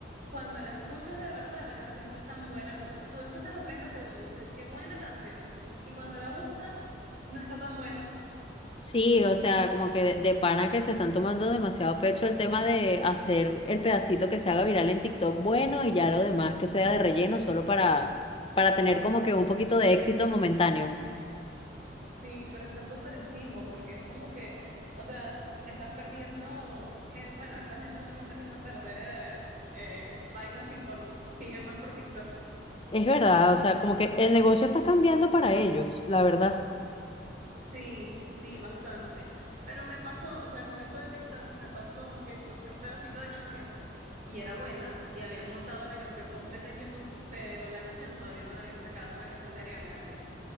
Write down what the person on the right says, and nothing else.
cuando la escuchas de verdad, la canción no es tan buena. O sea, tú escuchas los 30 segundos y dices, qué buena canción. Y cuando la buscas, no está tan buena.
Sí, pero está súper chimbo porque es como que, o sea, estás perdiendo gente, bueno, a esa gente no le interesa perder eh, vainas y con- siguen más por TikTok.
Sí, sí, bastante. Pero me pasó, o sea, con esto de TikTok me pasó que escuché un pedacito de canción y era buena y habían montado la canción completa en YouTube, pero la canción todavía no la habían sacado, una canción de Ariana Grande.